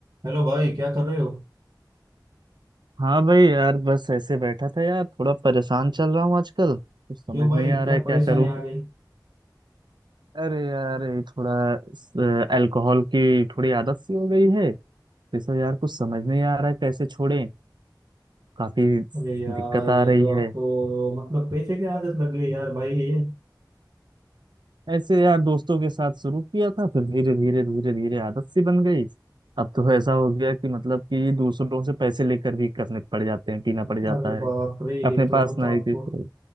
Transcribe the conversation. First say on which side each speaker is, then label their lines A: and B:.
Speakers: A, on the right; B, on the right.
A: हेलो भाई क्या कर रहे हो
B: हाँ भाई यार बस ऐसे बैठा था यार थोड़ा परेशान चल रहा हूँ आजकल कुछ समझ
A: क्यों भाई
B: नहीं आ रहा
A: क्या
B: है
A: परेशानी
B: क्या करूँ
A: आ गई
B: अरे यार ये थोड़ा अल्कोहल की थोड़ी आदत सी हो गई है इसमें यार कुछ समझ नहीं आ रहा है कैसे छोड़ें काफी
A: अरे यार
B: दिक्कत
A: ये
B: आ रही
A: तो
B: है
A: आपको मतलब पैसे की आदत लग गई यार भाई ये
B: ऐसे यार दोस्तों के साथ शुरू किया था फिर धीरे धीरे धीरे धीरे आदत सी बन गई अब तो ऐसा हो गया कि मतलब कि दूसरों से पैसे लेकर भी करने पड़ जाते हैं पीना पड़ जाता
A: अरे बाप
B: है
A: रे ये
B: अपने
A: तो
B: पास
A: बहुत
B: नहीं
A: आपको
B: थी तो